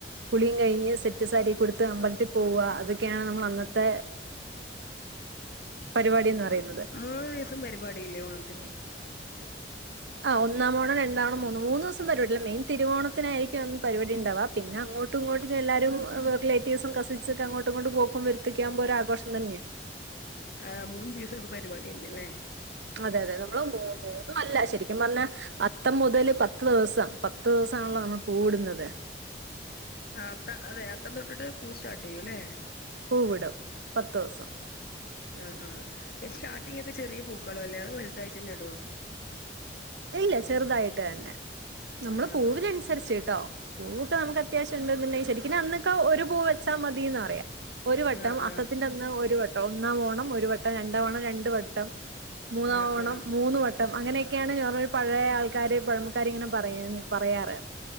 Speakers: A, on the right (about 80°); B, on the left (about 55°).
A: കുളിം കഴിഞ്ഞ് സെറ്റ് സാരി ഒക്കെ ഉട്ത്ത് അമ്പലത്തിൽ പോവാ അതൊക്കെയാണ് നമ്മളെ അന്നത്തെ പരിപാടി എന്ന് പറയുന്നത്
B: മൂന്ന് ദിവ്സം പരിപാടിയില്ലെ ഓണത്തിന്
A: ആഹ് ഒന്നാം ഓണം രണ്ടാം ഓണം മൂന്ന് മൂന്നുസം വരോല്ലോ മെയിൻ തിരുവോണം ത്തിനായിരിക്കും അന്ന് പരിപടി ഇണ്ടാവാ പിന്നെ അങ്ങോട്ടും ഇങ്ങോട്ടും എല്ലാരും <unintelligible> റ്റേ ദിവ്സം കസിൻസൊക്കെ അങ്ങോട്ടും ഇങ്ങോട്ടും പോകും വര്ത്തോക്കെ ആകുമ്പോ ഒര് ആഘോഷം തന്നെയാ
B: ആഹ് മൂന്ന് ദീസം ഒള്ളു പരിപാടിയെന്നെ ലെ
A: അതെ അതെ നമ്മൾ മൂ മൂന്നും അല്ല ശരിക്കും പർണാ അത്തം മുതെൽ പത്ത് ദിവ്സം പത്ത് ദിവ്സം ആണല്ലോ നമ്മൾ പൂവ് ഇട്ന്നെത്
B: ആഹ് അത്ത അതെ അത്തം തൊട്ട്ട്ട് പൂവ് സ്റ്റാർട്ട് ചെയ്യും ലെ
A: പൂവ് ഇടും പത്ത് ദുവ്സം
B: ആഹ് ആഹ് ഈ സ്റ്റാർട്ടിംങ് ഒക്കെ ചെറിയ പൂക്കളും അല്ലെ അതോ വെല്തായിട്ട് എന്നെ ഇടോ?
A: ഇല്ല ചെറുതായിട്ട് തന്നെ നമ്മൾ
B: ആഹ്
A: പൂവിന്
B: ആഹ്
A: അനുസെരിച്ച് കേട്ടോ പൂവൊക്കെ നമുക്ക് അത്യാവ്ശ്യം ഇണ്ട്ന്ന് ഇണ്ടെങ്കിൽ ശരിക്ക്നും അന്നൊക്കെ ഒരു പൂവ് വെച്ചാ മതിന്നാ പറയാ ഒര് വട്ടം
B: ആഹ്
A: അത്തത്തിന്റെ
B: ആഹ്
A: അന്ന് ഒര് വ ട്ടം ഒന്നാം ഓണം ഒര് വട്ടം രണ്ടാം ഓണം രണ്ട് വട്ടം മൂന്നാം
B: ആഹ്
A: ഓണം
B: ആഹ്
A: മൂന്ന് വട്ടം ട്ടം അങ്ങനെയൊക്കെയാണ് <unintelligible> പഴയ ആൾക്കാര് പഴമക്കാര് ഇങ്ങനെ പറിം പറയാറ്